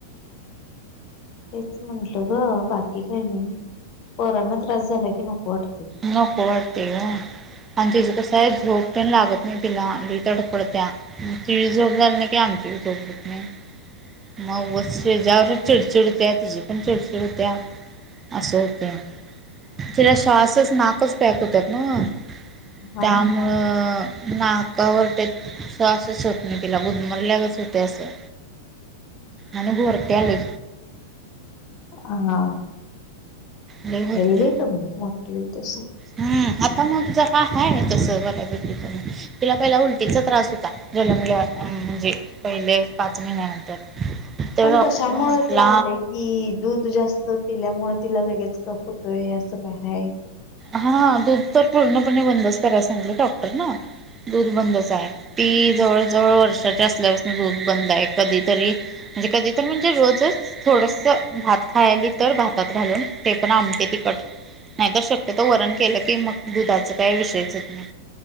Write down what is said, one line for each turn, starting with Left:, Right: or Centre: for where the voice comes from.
Left: तेच म्हटलं, ग बाकी काही नाही. पोरांना त्रास झाला की नको वाटतय.
Right: नको वाटते. हो आणि तिज कसंय झोप तेन लागत नाही. तीला लई तडफडत्या तिची झोप झाली नाही. की आमची बी झोप होत नाही. मग उगच तेच्यावरच चिडचिड होत्या. तिची पण चिडचिड होत्या. असं होतंय. तिला श्वासच नाकच पॅक होतात ना.
Left: हा
Right: त्यामुळं,
Left: हा
Right: नाकावर ते श्वास च होत नाही. तिला असं गुदमरल्यागत होते असं. आणि घोरत्या लय.
Left: हा,
Right: लई घोरत्या
Left: होईल घे कमी मोठी होइल तस.
Right: हम्म, आता मग जरा आहे तस बऱ्यापैकी कमी. तिला पहिला उलटीचा त्रास होता. जन्मल्यावर म्हणजे, पहिले पाच महिन्यानंतर तर
Left: पण
Right: डॉक्टर
Left: कशामुळ
Right: म्हटला
Left: ते झालंय? कि दूध जास्त पिल्यामुळे तिला लगेच कफ होतोय. असं काय आहे?
Right: हा दूध तर पूर्णपणे बंदच करायला सांगीतल. डॉक्टर न दूध बंदच आह. ती जवळ जवळ वर्षाच्या असल्यापासून दूध बंद आहे. कधीतरी म्हणजे कधी तर म्हणजे रोजच थोडस भात खायली. तर भातात घालून. ते पण आमटी तिखट. नाही तर शक क्यतो. वरण केलं की मग दुधाच काय विषयच नाही